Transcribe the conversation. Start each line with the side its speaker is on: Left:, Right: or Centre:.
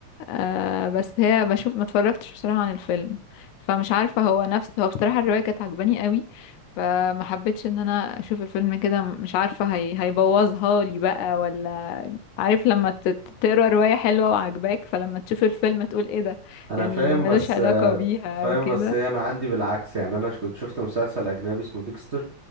Left: آه بس هي بشوف ما اتفرجتش بصراحة عن الفيلم فمش عارفة هو نفسه هو بصراحة الرواية كانت عجباني قوي فما حبيتش ان انا اشوف الفيلم كده مش عارفة هي هيبوظها لي بقى ولا عارف لما ت- ت- تقرا رواية حلوة وعجباك فلما تشوف الفيلم تقول ايه ده يعني
Right: فاهم
Left: ملوش
Right: بس
Left: علاقة بيها
Right: فاهم
Left: وكده
Right: بس هي انا عندي بالعكس يعني انا كنت شفت مسلسل اجنبي اسمه ديكستر